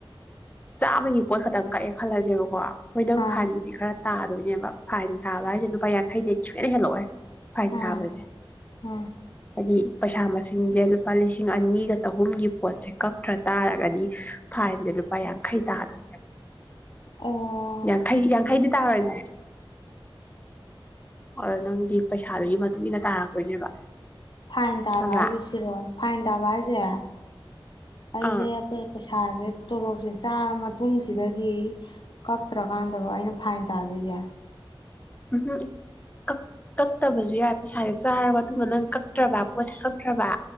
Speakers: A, on the left (about 15°); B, on the left (about 55°).
A: ꯆꯥꯝꯃꯒꯤ ꯄꯣꯠ ꯈꯛꯇꯪ ꯀꯛꯑꯦ ꯈꯜꯂꯁꯦꯕꯀꯣ ꯍꯣꯏ ꯅꯪ
B: ꯑꯥ
A: ꯐꯥꯏꯕꯨꯗꯤ ꯈꯔ ꯇꯥꯗꯣꯏꯅꯦꯕ ꯐꯥꯏꯟ ꯇꯥꯕ ꯍꯥꯏꯁꯦ ꯂꯨꯄꯥ ꯌꯥꯡꯈꯩꯗꯩ ꯁꯨꯡꯍꯦꯟ ꯍꯦꯜꯂꯛꯑꯣꯏ ꯐꯥꯏꯟ
B: ꯑꯥ
A: ꯇꯥꯕꯁꯦ
B: ꯑꯥ
A: ꯍꯥꯏꯗꯤ ꯄꯩꯁꯥ ꯃꯁꯤꯡꯖꯦ ꯂꯨꯄꯥ ꯂꯤꯁꯤꯡ ꯑꯅꯤꯒ ꯆꯍꯨꯝꯒꯤ ꯄꯣꯠꯁꯦ ꯀꯞꯛꯇ꯭ꯔ ꯇꯥꯔꯒꯗꯤ ꯐꯥꯏꯟꯁꯦ ꯂꯨꯄꯥ ꯌꯥꯡꯈꯩ ꯇꯥꯗꯣꯏꯅꯦꯕ
B: ꯑꯣ
A: ꯌꯥꯡꯈꯩ ꯌꯥꯡꯈꯩꯗꯤ ꯇꯥꯔꯣꯏꯅ ꯑꯗ ꯅꯪꯒꯤ ꯄꯩꯁꯥꯗꯨꯒꯤ ꯃꯇꯨꯡ ꯏꯟꯅ ꯇꯥꯔꯛꯇꯣꯏꯅꯦꯕ
B: ꯐꯥꯏꯟꯇꯥꯕ
A: ꯈꯪꯕ꯭ꯔꯥ
B: ꯍꯥꯏꯁꯦ ꯁꯤꯔꯣ ꯐꯥꯏꯟ ꯇꯕ ꯍꯥꯏꯖꯦ ꯑꯩꯁꯦ
A: ꯑꯥ
B: ꯁꯥꯁꯦ ꯇꯣꯂꯣꯞꯁꯦ ꯆꯥꯔ ꯃꯇꯨꯡꯁꯤꯗꯒꯤ ꯀꯛꯇ꯭ꯔꯀꯥꯟꯗꯕ ꯑꯩꯅ ꯐꯥꯏꯟ ꯇꯥꯗꯣꯏꯁꯦ
A: ꯎꯝ ꯀꯛꯇꯕꯁꯨ ꯌꯥꯏ ꯄꯩꯁꯥꯁꯦ ꯆꯥꯔ ꯃꯇꯨꯡꯗ ꯅꯪ ꯀꯛꯇ꯭ꯔꯕ ꯄꯣꯠꯁꯦ ꯀꯛꯇ꯭ꯔꯕ